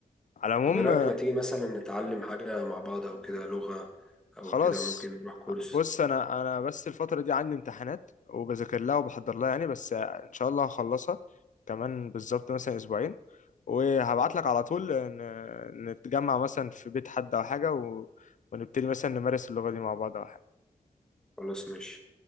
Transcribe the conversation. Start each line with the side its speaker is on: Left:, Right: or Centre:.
Left: على العموم
Centre: طب ايه رايك ما تيجي مثلا نتعلم حاجه مع بعض او كده لغه او
Left: خلاص
Centre: كده ممكن نروح كورس
Left: بص انا انا بس الفتره دي عندي امتحانات وبذاكر لها وبحضر لها يعني بس ان شاء الله هخلصها كمان بالظبط مثلا اسبوعين وهبعت لك على طول ن- نتجمع مثلا في بيت حد او حاجه و... ونبتدي مثلا نمارس اللغه دي مع بعض او حاجه
Centre: خلاص ماشي